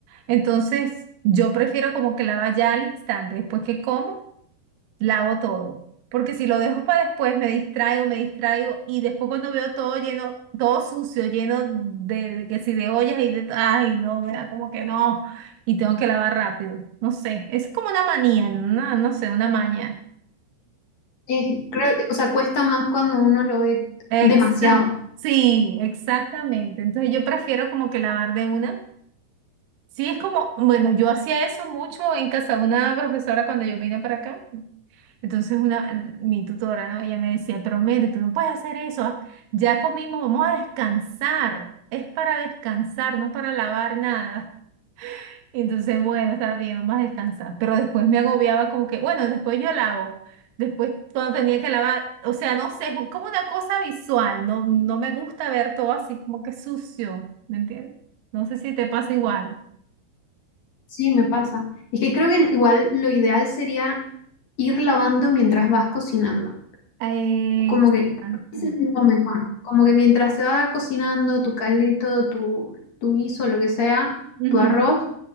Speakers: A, on the right (about 70°); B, on the left (about 50°).
A: Entonces, yo prefiero como que lavar ya al instante, después que como lavo todo. Porque si lo dejo para después, me distraigo, me distraigo, y después cuando veo todo lleno, todo sucio, lleno de, de que si de ollas y de, ay, no, me da como que no, y tengo que lavar rápido. No sé, es como una manía, no, no sé, una maña.
B: Eh, creo, o sea, cuesta más cuando uno lo ve
A: Exacto.
B: demasiado.
A: Sí, exactamente. Entonces yo prefiero como que lavar de una. Sí, es como, bueno, yo hacía eso mucho en casa de una profesora cuando yo vine para acá. Entonces una, mi tutora, ¿no? Ella me decía, pero Mary, tú no puedes hacer eso, haz- ya comimos, vamos a descansar, es para descansar, no para lavar nada. <laughs> Y entonces, bueno, está bien, vamos a descansar. Pero después me agobiaba como que, bueno, después yo lavo, después cuando tenía que lavar, o sea, no sé, es como una cosa visual, no, no me gusta ver todo así como que sucio, ¿me entiendes? No sé si te pasa igual.
B: Sí, me pasa. Es que creo que igual lo ideal sería ir lavando mientras vas cocinando.
A: Ay,
B: Como
A: Exacto.
B: que, lo mejor, como que mientras se va cocinando tu caldito, tu, tu guiso, lo que sea,
A: Ujú,
B: tu arroz,